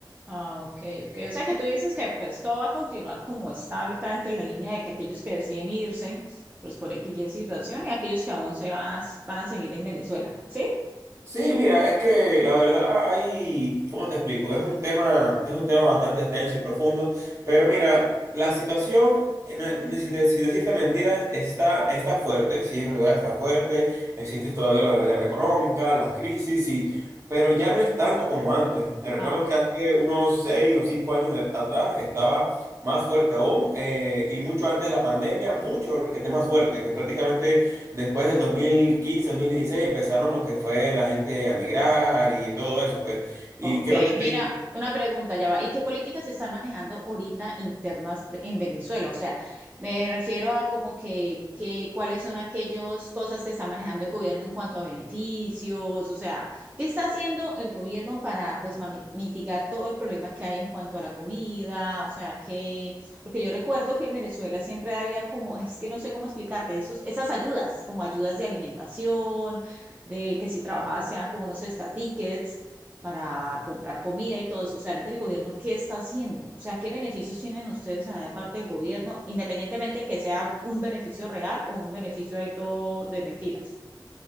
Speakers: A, on the right; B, on the right.
A: Ah, ok, ok. O sea que tú dices que pues todo va a continuar como está ahorita entre la línea de que aquellos que deciden irse, pues por X y Y situación, y aquellos que aún se van a, van a seguir en Venezuela, ¿sí?
B: Sí, mira, es que la verdad hay, ¿cómo te explico? Es un tema, es un tema bastante extenso y profundo, pero mira, la situación, eh, no- no- si, te- si decirte mentiras, está, está fuerte, sí, es verdad, está fuerte, existe todavía lo de la guerra económica, las crisis, sí, pero ya no es tanto como antes. Me recuerdo
A: Ah, ok.
B: que hace unos seis o cinco años de- atrás estaba más fuerte aún, eh, y mucho antes de la pandemia, mucho, requete más fuerte, que prácticamente... Después del dos dos mil quince dos mil dieciséis empezaron lo que fue la gente a migrar y todo eso, pues. Y
A: Ok,
B: creo que estoy
A: mira, una pregunta ya va. ¿Y qué políticas se están manejando ahorita internas de- en Venezuela? O sea, me refiero a como que, que cuáles son aquellas cosas que está manejando el gobierno en cuanto a beneficios, o sea, ¿qué está haciendo el gobierno para pues mami- mitigar todo el problema que hay en cuanto a la comida? O sea, que, porque yo recuerdo que en Venezuela siempre había como, ay, es que no sé cómo explicarte, esos, esas ayudas, como ayudas de alimentación, de que si trabajabas sean como unos estatiques para comprar comida y todo eso. O sea, ahorita el gobierno, ¿qué está haciendo? O sea, ¿qué beneficios tienen ustedes ah, de parte del gobierno, independientemente que sea un beneficio real o un beneficio ahí todo de mentiras?